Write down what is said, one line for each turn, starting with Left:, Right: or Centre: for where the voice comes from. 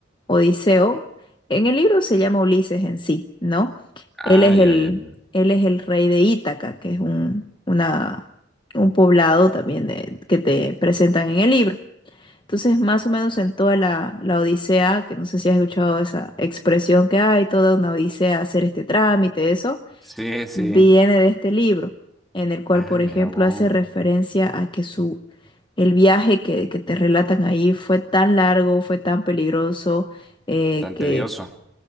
Left: Odiseo. En el libro se llama Ulises en sí, ¿no?
Centre: Ah,
Left: Él es
Centre: ya,
Left: el,
Centre: ya, ya.
Left: él es el rey de Ítaca, que es un, una, un poblado también de- que te presentan en el libro. Entonces, más o menos en toda la, la odisea, que no sé si has escuchado esa expresión que hay, toda una odisea hacer este trámite, eso
Centre: Sí, sí.
Left: viene de este libro, en el cual,
Centre: Ah,
Left: por ejemplo,
Centre: mira vos,
Left: hace referencia a que su, el viaje que, que te relatan ahí fue tan largo, fue tan peligroso, eh,
Centre: tan
Left: que
Centre: tedioso.